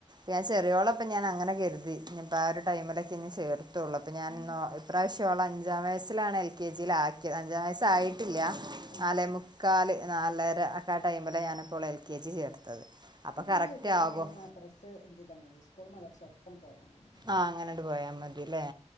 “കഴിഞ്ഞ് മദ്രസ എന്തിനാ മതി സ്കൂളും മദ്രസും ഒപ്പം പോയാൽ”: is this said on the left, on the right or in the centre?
Left